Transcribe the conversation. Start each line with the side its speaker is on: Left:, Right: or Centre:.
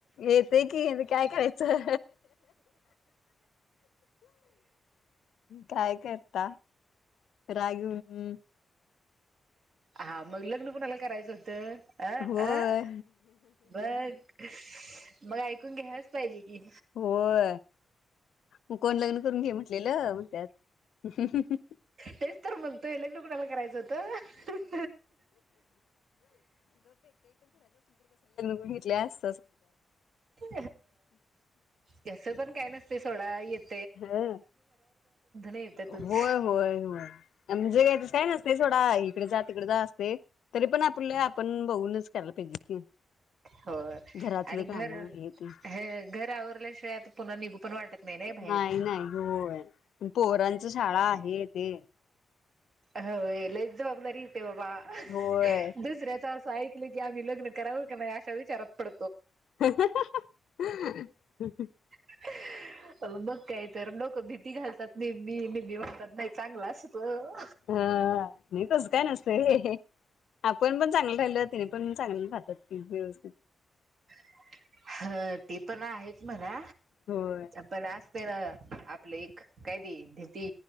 Left: येतेय की काय करायचं काय करता रागम् <unintelligible>
Right: हा मग लग्न कोणाला करायचं. तर. अ
Left: होय
Right: अ बघ मग ऐकून घ्यायलाच पाहिजे कि.
Left: होय मग कोण लग्न करून घे म्हटलेलं म्हण त्यात.
Right: तेच तर म्हणतोय लग्न कुणाला करायचं होत.
Left: बघितल्यास.
Right: हो त्यास पण काही नसते. थोडा येत.
Left: होय.
Right: येतातच
Left: होय.. होय.. म्हणजे यांच काही नसतय सोडा. इकडे जा, तिकडे जा अस ते. तरी पण आपलं आपण बघूनच. चार पाहिजे की <inaudible>
Right: होत
Left: घरातलं
Right: आणि घर
Left: काम हे ते
Right: हे घर आवरल्याशिवायता पुन्हा निघू पण वाटत नाही ना बाहेर
Left: नाही नाही होय पोरांचं शाळा आहे ते.
Right: हो ए लईच जबाबदारी. ते बाबा! हं..
Left: होय
Right: हं दुसऱ्याच असं ऐकलं, की आम्ही लग्न करावं का? नाही, अशा विचारत. पड
Left: <unintelligible> हममं <unintelligible>
Right: <unintelligible> अगं! मग काय? तर भीती घालतात मी मी मी म्हणतात नाही चांगलं असतं
Left: हा नाही तस काय नसत? र <unintelligible> आपण पण. चांगलं राहिलं तिने पण चांगलं खातात व्यवस्थित.
Right: <inaudible> हा ते पण आहेत म्हणा
Left: होय
Right: पण आ असते ना आपले एक काय ते भीती